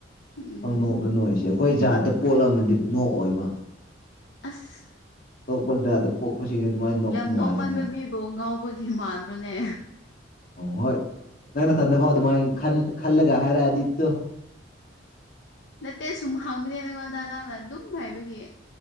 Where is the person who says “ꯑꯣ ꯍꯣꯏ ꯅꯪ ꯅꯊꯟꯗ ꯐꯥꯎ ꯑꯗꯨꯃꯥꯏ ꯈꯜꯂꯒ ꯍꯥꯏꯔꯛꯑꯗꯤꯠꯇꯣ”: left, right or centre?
Left